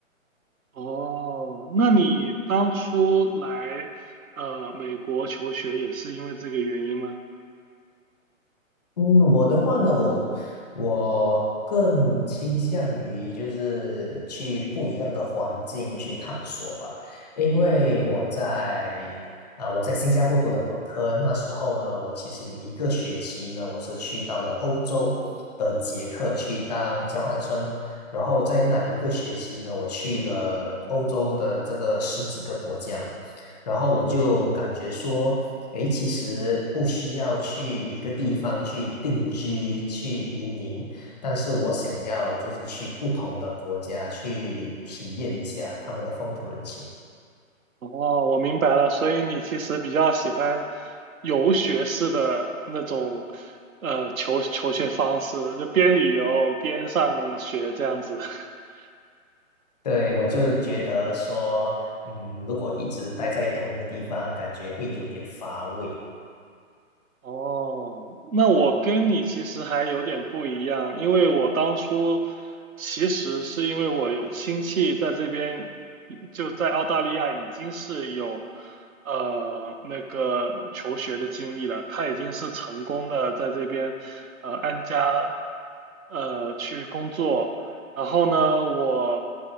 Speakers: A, on the right (about 75°); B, in the centre.
A: 哦，那你当初来呃美国求学也是因为这个原因吗？
B: 嗯，我的话呢，我我更倾向于就是去不一样的环境去探索吧，因为我在啊、我在新加坡读的本科，那时候呢，我其实有一个学期呢，我是去到了欧洲的捷克去当交换生，然后在那一个学期呢，我去了欧洲的这个十几个国家嘛。然后我就感觉说，诶，其实不需要去一个地方去定居、去移民，但是我想要就是去不同的国家去体验一下他们的风土人情。
A: 哦，我明白了，所以你其实比较喜欢游学式的那种呃求求学方式，就边旅游边上学这样子。<laughs>
B: 对，我就觉得说，嗯，如果一直待在同一个地方，感觉会有点乏味。
A: 哦，那我跟你其实还有点不一样，因为我当初其实是因为我有亲戚在这边，就在澳大利亚已经是有呃那个求学的经历了，他已经是成功的在这边呃安家呃去工作，然后呢，我